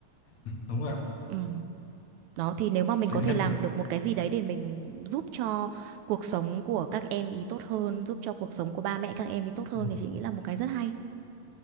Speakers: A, on the left; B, on the right.
A: đúng rồi ạ
B: ừ. đó thì nếu mà mình có
A: thế
B: thể
A: nên
B: làm
A: là
B: được một cái gì đấy để mình giúp cho cuộc sống của các em ý tốt hơn giúp cho cuộc sống của ba mẹ các em ý tốt hơn
A: ừ.
B: thì chị nghĩ là một cái rất hay